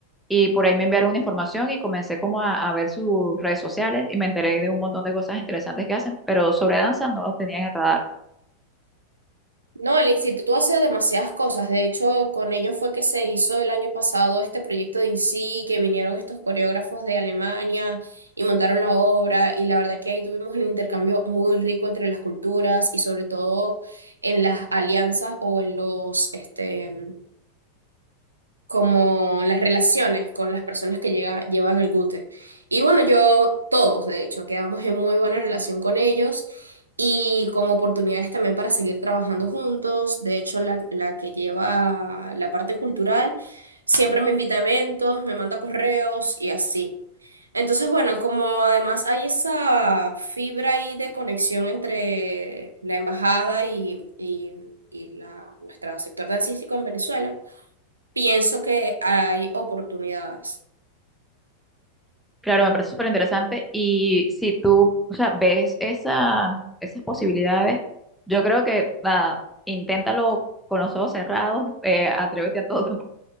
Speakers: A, in the centre; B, on the right.
A: y por ahí me enviaron una información y comencé como a, a ver sus redes sociales y me enteré de un montón de cosas interesantes que hacen, pero sobre danza no los tenía en el radar.
B: No, el instituto hace demasiadas cosas. De hecho, con ellos fue que se hizo el año pasado este proyecto de INSI, que vinieron estos coreógrafos de Alemania y montaron la obra. Y la verdad que ahí tuvimos un intercambio muy rico entre las culturas y sobre todo en las alianzas o en los, este, como las relaciones con las personas que llega, llevan el Gute. Y bueno, yo, todos, de hecho, quedamos en muy buena relación con ellos y con oportunidades también para seguir trabajando juntos. De hecho, la, la que lleva la parte cultural siempre me invita a eventos, me manda correos y así. Entonces, bueno, como además hay esa fibra ahí de conexión entre la embajada y, y, y la, nuestro sector dancístico en Venezuela, pienso que hay oportunidades.
A: Claro, me parece súper interesante y si tú, o sea, ves esa, esas posibilidades, yo creo que nada, inténtalo con los ojos cerrados, eh, atrévete a todo.